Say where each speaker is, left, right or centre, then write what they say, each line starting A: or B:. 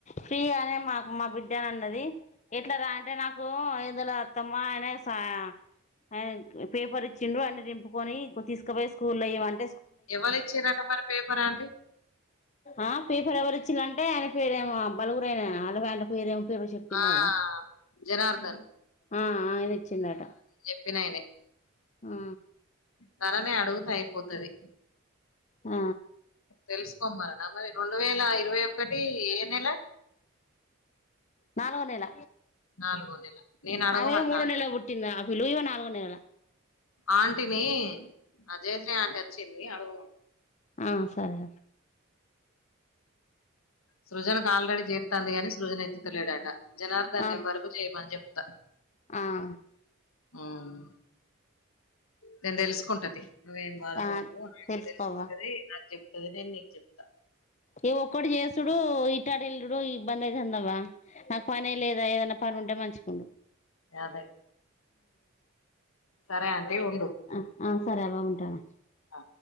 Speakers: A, on the left; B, on the left.
A: ఫ్రీ అనే మాకు మా బిడ్డ అన్నది ఎట్లా రా అంటే నాకు ఏం తెలువదు అత్తమ్మా ఆయన సా ఆయన పేపర్ ఇచ్చిండు అన్ని నింపుకొని తీసుకపోయి స్కూలో వెయ్యమని
B: ఎవ్వరిచ్చిరంట మరి పేపర్ అ
A: ఆ పేపర్ ఎవరి ఇచ్చిరంటే ఆయన పేరేమో బలుగురు రయన ఆళ్ల పేరేం పేరు చెప్పిందవ్వ
B: ఆ జనార్దన్
A: ఆ అయన ఇచ్చిండట
B: చెప్పినైనే
A: ఆ
B: తననే అడుగుతే అయిపోతది
A: ఆ
B: తెలుసుకోమ్మననా మరి రెండు వేల ఇరవై ఒకటి ఏ నెల
A: నాలుగో నెల
B: నాలుగో నెల నేను అడగమంటా
A: ఆమె మూడో
B: ఆగు
A: నెల్లో పుట్టింది ఆ పిల్లో ఇమ నాలుగో నెల
B: ఆంటీని జయశ్రీ ఆంటీ వచ్చింది అడుగు
A: ఆ సరే
B: సృజనకు ఆల్రెడీ చేతంది గాని సృజన్ ఎత్త్తతలేడట జనార్దన్
A: ఆ
B: నెంబర్కు చేయమని చెప్తా
A: ఆ
B: ఉమ్ నేను తెలుసుకుంటతి నువ్వేం బాధపడకు
A: ఆ
B: ఆంటీ
A: తెలుసుకోవా
B: తెలుసుకుంటది నాకు చెప్తది నేను నీకు చెప్తా
A: ఏ ఒక్కడు చేసుడు ఇటాటెల్లుడు ఇబ్బంది అయితందవా నాకు పనే లేదాయే పనుంటే మంచిగుండు
B: అదే సరే ఆంటీ ఉండు
A: ఆ ఆ సరే అవ్వ ఉంటాను
B: ఆ